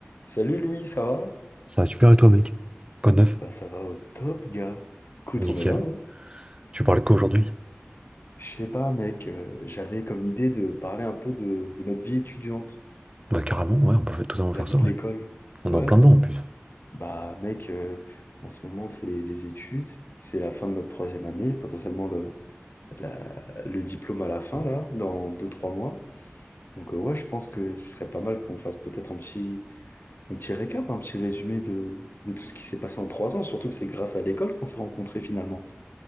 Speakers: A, on the left (about 55°); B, on the right (about 20°).
A: Salut Louis, ça va?
B: Ça va super et toi, mec? Quoi de neuf?
A: Bah ça va au top, gars. Écoute,
B: Nickel.
A: on est là, hein.
B: Tu parles quoi aujourd'hui?
A: Je sais pas, mec, euh, j'avais comme idée de parler un peu de, de notre vie étudiante,
B: Bah carrément, ouais, on peut fa- totalement
A: la
B: faire
A: vie
B: ça,
A: de
B: ouais.
A: l'école.
B: On
A: Ouais.
B: est en plein dedans en plus.
A: Bah mec, euh, en ce moment, c'est les études, c'est la fin de notre troisième année, potentiellement le, la- le diplôme à la fin, là, dans deux, trois mois. Donc euh, ouais, je pense que ce serait pas mal qu'on fasse peut-être un petit, un petit récap, un petit résumé de, de tout ce qui s'est passé en trois ans, surtout que c'est grâce à l'école qu'on s'est rencontrés finalement.